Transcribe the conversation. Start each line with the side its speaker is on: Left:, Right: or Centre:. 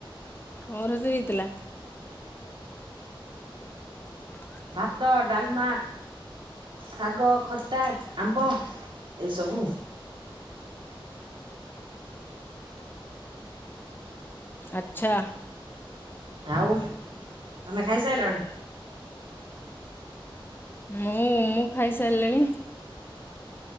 Left: କଣ ରୋଷେଇ ହେଇଥିଲା? <unintelligible>
Right: ଭାତ, ଡାଲମା ଶାଗ, ଖଟା, ଆମ୍ବ ଏସବୁ
Left: ଆଛା।
Right: ଆଉ, ତମେ ଖାଇସାରିଲଣି?
Left: ମୁଁ, ମୁଁ ଖାଇସାରିଲିଣି।